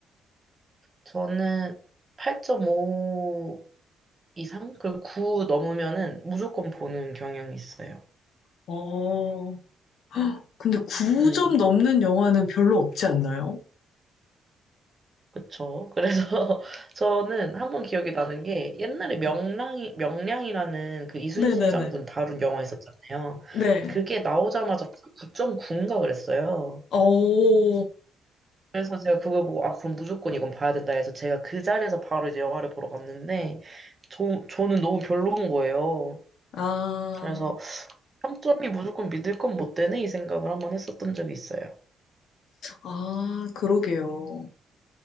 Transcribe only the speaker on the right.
저는 8.5 이상? 그리고 9 넘으면은 무조건 보는 경향이 있어요.
네.
그쵸. 그래서 <laughs> 저는 한 번 기억이 나는 게 옛날에 명량이,
명량이라는 그 이순신
장군 다룬 영화 있었잖아요.
그게 나오자마자 9.9인가 그랬어요.
그래서 제가 그걸 보고, 아, 그럼 무조건 이건 봐야 된다 해서 제가 그 자리에서 바로 이제 영화를 보러 갔는데, 저, 저는 너무 별로인 거예요.
그래서 3점이 무조건 믿을 건 못 되네? 이 생각을 한번 했었던 적이 있어요.